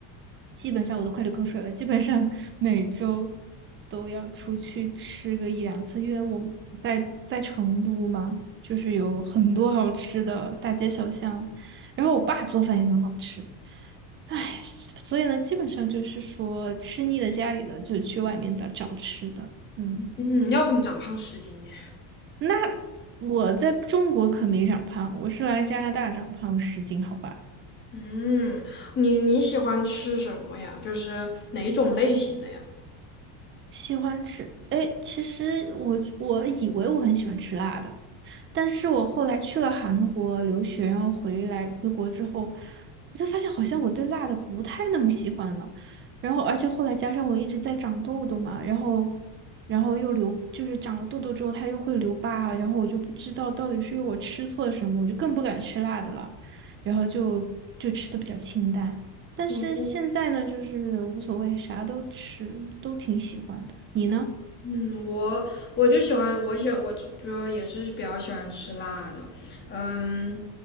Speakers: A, on the right; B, on the left.
A: 基本上我都快流口水了，基本上每周都要出去吃个一两次，因为我们在在成都嘛，就是有很多好吃的大街小巷，然后我爸做饭也很好吃，唉，所以呢，基本上就是说吃腻了家里的，就去外面找找吃的，嗯，
B: 嗯，要不你长胖十斤呢？
A: 那我在中国可没长胖，我是来加拿大长胖十斤，好吧。
B: 嗯，你你喜欢吃什么呀？就是哪种类型的呀？
A: 喜欢吃，哎，其实我我以为我很喜欢吃辣的，但是我后来去了韩国留学，然后回来回国之后，我才发现好像我对辣的不太那么喜欢了。然后，而且后来加上我一直在长痘痘嘛，然后，然后又留，就是长了痘痘之后它又会留疤，然后我就不知道到底是因为我吃错了什么，我就更不敢吃辣的了，然后就就吃的比较清淡。但是现在呢，
B: 嗯
A: 就是无所谓，啥都吃，都挺喜欢的。你呢？
B: 嗯，我我就喜欢，我喜欢我就就也是比较喜欢吃辣的，嗯，